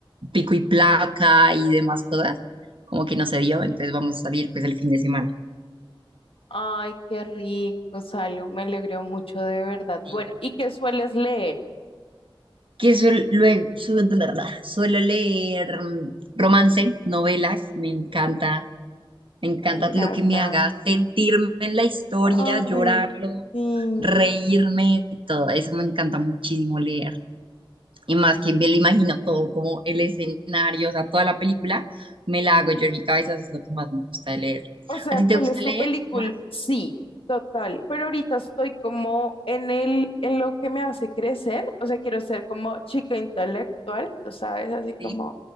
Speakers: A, on the right (about 65°); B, on the left (about 75°).
A: pico y placa y demás cosas, como que no se dio, entonces vamos a salir pues el fin de semana.
B: Ay, qué rico, salgo, me alegro mucho de verdad.
A: Y
B: Bueno, ¿y qué sueles leer?
A: Que suel- luego, su- suelo leer mm, romance, novelas, me encanta, me encanta
B: Me encanta.
A: lo que me haga sentirme en la historia,
B: Ay,
A: llorarlo,
B: sí.
A: reírme, todo eso me encanta muchísimo leer. Y más que me lo imagino todo, como el escenario, o sea, toda la película, me la hago yo en mi cabeza, eso es lo que más me gusta de leer.
B: O sea,
A: ¿A ti te
B: ¿cuál
A: gusta
B: es tu
A: leer
B: película?
A: más?
B: Sí, total. Pero ahorita estoy como en el, en lo que me hace crecer. O sea, quiero ser como chica intelectual, tú sabes, así
A: Sí,
B: como